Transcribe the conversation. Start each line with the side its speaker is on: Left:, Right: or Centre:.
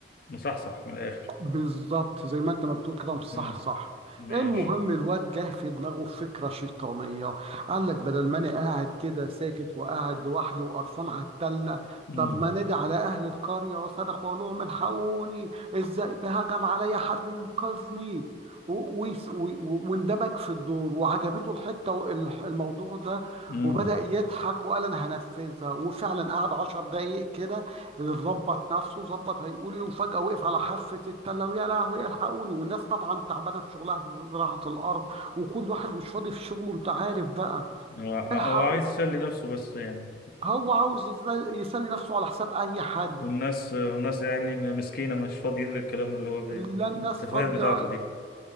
Left: مصحصح من الآخر
Right: بالظبط زي ما انت ما بتقول كده مش صح
Left: مم.
Right: صح
Left: ماشي
Right: المهم الواد جه في دماغه فكرة شيطانية قال لك بدل ما انا قاعد كده ساكت وقاعد لوحدي وقرفان على التلة
Left: مم.
Right: طب ما نادي على اهل القرية وصرخ واقول لهم الحقوني الذئب هجم عليا حد ينقذني و- ويس- و- و- واندمج في الدور وعجبته الحتة والح- الموضوع ده
Left: مم.
Right: وبدأ يضحك وقال انا هنفذها وفعلا قعد عشر دقايق كده ظبط نفسه ظبط هيقول ايه وفجأة وقف على حافة التلة ويا لهوي الحقوني والناس طبعا تعبانة في شغلها في زراعة الأرض وكل واحد مش فاضي في شغله أنت عارف بقى
Left: هو هو
Right: الحقوا
Left: عايز يسلي نفسه بس يعني
Right: هو عاوز يز- يسلي نفسه على حساب أي حد
Left: والناس الناس يعني مسكينة مش فاضيين للكلام اللي هو بي-
Right: لا الناس
Left: التفاهات
Right: فاضية
Left: بتاعته دي